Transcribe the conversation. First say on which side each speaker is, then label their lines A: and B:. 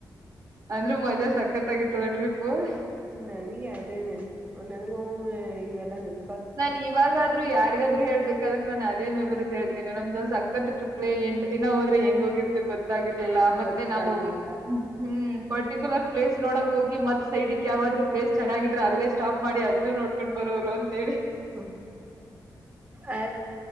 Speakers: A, on the right; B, on the right.
A: ಅಂದ್ರೆ ಮಜಾ ಸಕ್ಕತ್ ಆಗತ್ತದ ಟ್ರಿ ಫುಲ್
B: ನನಗೆ ಅದೇ ನೆನ್ಪು ನನಗೊಮ್ಮ ಇವೆಲ್ಲಾ ನೆನ್ಪ
A: ನಾನ್ ಇವಾಗಾದ್ೂ ಯಾರಿಗಾದ್ರು ಹೇಳ್ಬೇಕಾದ್ರೆ ನಾನು ಅದೇ ಮೆಮೊರಸ್ ಹೇಳ್ತೀನಿ ನಮ್ದು ಸಾಕ್ ಕತ್ ಟ್ರಿಪ್ಲೆ ಎಂಟ ದಿನ ಹೋದ್ರೆ ಹೆಂಗ ಹೋಗಿರ್ತ ಗೊತ್ತಾಗಿರ್ಲಿಲ್ಲ
B: ಗೊತ್ತಾಗಿಲ್ಲಲ್ಲ
A: ಮತ್ತೆ ನಾವು ಹ್ಮ್ ಪರ್ಟಿಕ್ಯುಲರ್ ಪ್ಲೇಸ್ ನೋಡಕ್ ಹೋಗಿ ಮತ್ ಸೈಡ್ಕ್ ಯಾವಾದ್ೂ ಪ್ಲೇಸ್ ಚೆನ್ನಿದ್ರೆ ಅಲ್ಲೇ ಸ್ಟಾಪ್ ಮಾಡಿ ಅದನು ನೋಡ್ಕೊಂಡು ಬರೋರು ಅಂತೇಳಿ.
B: ಹ ಅ